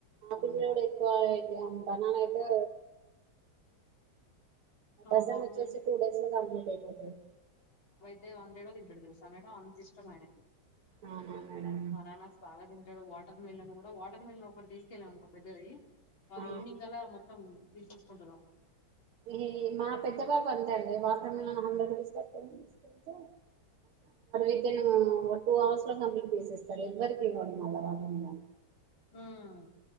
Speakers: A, on the right; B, on the left.
A: ఆ పిల్లోడు
B: మేడం
A: ఎక్కువ ఎక్కువతే బనాలయితే డజన్
B: ఆ మా
A: వచ్చేసి
B: పిల్లలు
A: టూ డేస్ లో కంప్లీట్ అయిపోతాది
B: తే వన్ డే లో తింటాడు తెలుసా మేడమ్ అంత ఇష్టం ఆయనకి
A: అవునా మేడం
B: బనానా స్వాగతి అంటడు వాటర్ మెలోన్ కూడా వాటర్ మెలోన్ ఒకటి తీసుకెళ్ళ అనుకో పెద్దది అది
A: ఆ
B: ఈవినింగ్ కల్లా మోత త్తం తీసేసుకుంటున్నాం
A: ఈ మా పెద్ద బాబు అంతే అండి వాటర్ మెలోన్ హండ్రెడ్ రూపీస్ పెట్టడి అయితే యను టూ అవర్స్ కంప్లీట్ చేసేస్తారు ఎవ్వరిక ఇవ్వడం మళ్ళ వాటర్ మెలోన్
B: హ్మ్